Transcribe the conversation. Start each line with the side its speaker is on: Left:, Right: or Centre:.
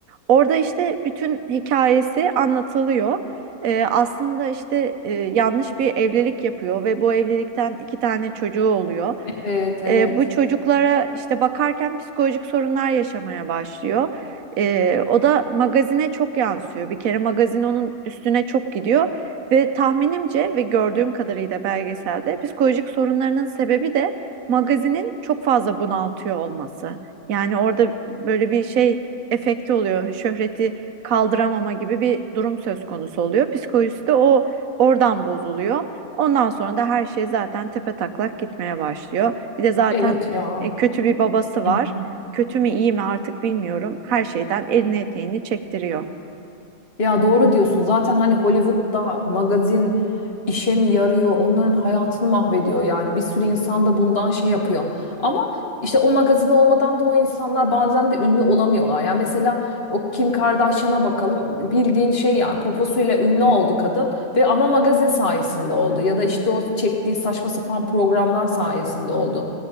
Right: Orada işte bütün hikayesi anlatılıyor. Ee, aslında işte e, yanlış bir evlilik yapıyor ve bu evlilikten iki tane çocuğu oluyor.
Left: Evet evet.
Right: Ee, bu çocuklara işte bakarken psikolojik sorunlar yaşamaya başlıyor. Ee, o da magazine çok yansıyor. Bir kere magazin onun üstüne çok gidiyor ve tahminimce ve gördüğüm kadarıyla belgeselde psikolojik sorunlarının sebebi de magazinin çok fazla bunaltıyor olması. Yani orada böyle bir şey efekti oluyor. Şöhreti kaldıramama gibi bir durum söz konusu oluyor. Psikolojisi de o oradan bozuluyor. Ondan sonra da her şey zaten tepe taklak gitmeye başlıyor. Bir de zaten
Left: Evet ya.
Right: e, kötü
Left: <laughs>
Right: bir babası var.
Left: <clears throat>
Right: Kötü mü iyi mi artık bilmiyorum. Her şeyden elini eteğini çektiriyor.
Left: Ya doğru diyorsun. Zaten hani Hollywood'da magazin işe mi yarıyor? Onların hayatını mahvediyor yani. Bir sürü insan da bundan şey yapıyor. Ama işte o magazin olmadan da o insanlar bazen de ünlü olamıyorlar. Yani mesela o Kim Kardashian'a bakalım. Bildiğin şey yani poposuyla ünlü oldu kadın ve ama magazin sayesinde oldu. Ya da işte o çektiği saçma sapan programlar sayesinde oldu.